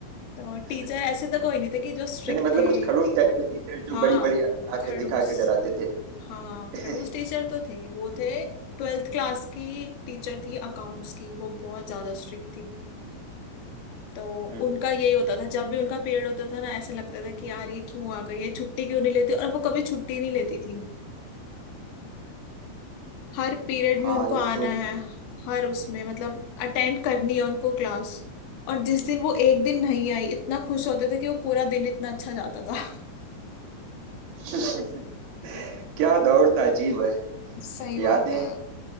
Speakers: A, on the left (about 80°); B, on the right (about 75°).
A: तो
B: <laughs>
A: टीचर ऐसे तो कोई नहीं थे कि जो स्ट्रिक्ट
B: नहीं नहीं, मतलब
A: थे
B: कुछ खड़ूस टाइप के टीचर जो
A: हाँ
B: बड़ी बड़ी आके
A: खड़ूस
B: दिखा के डराते थे
A: हाँ
B: <laughs>
A: खड़ूस टीचर तो थे वो थे ट्वेल्थ क्लास की टीचर थी अकाउंट्स की वो बहुत ज्यादा स्ट्रिक्ट थी तो
B: हम्म,
A: उनका यही होता था जब भी उनका पीरियड होता था ना ऐसा लगता था कि यार ये क्यों आ गई है छुट्टी क्यों नहीं लेती और वो कभी छुट्टी नहीं लेती थी हर पीरियड में
B: हाँ
A: उनको
B: यह
A: आना
B: तो
A: है हर उसमें मतलब अटेंड करनी है उनको क्लास और जिस दिन वो एक दिन नहीं आई इतना खुश होते थे कि वो पूरा दिन इतना अच्छा जाता था
B: <laughs> क्या दौर था अजीब है
A: <laughs> सही बात
B: यादें
A: है